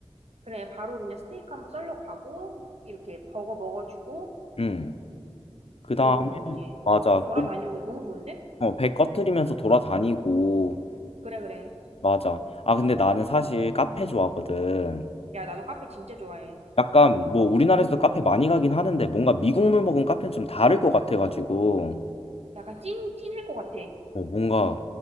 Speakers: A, on the right; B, on the left.
A: 그래, 바로 그냥 스테이크 한번 썰러 가고 이렇게 버거 먹어주고
B: 응. 그다음
A: 그리고 뭐 이제
B: 맞아.
A: 좀 돌아다니고
B: 그-
A: 너무 좋은데?
B: 어, 배 꺼트리면서 돌아다니고
A: 그래, 그래.
B: 맞아. 아, 근데 나는 사실 카페 좋아하거든.
A: 야, 나도 카페 진짜 좋아해.
B: 약간 뭐 우리나라에서도 카페 많이 가긴 하는데 뭔가 미국물 먹은 카페는 좀 다를 것 같아가지고
A: 약간 찐, 찐일 것 같아.
B: 어, 뭔가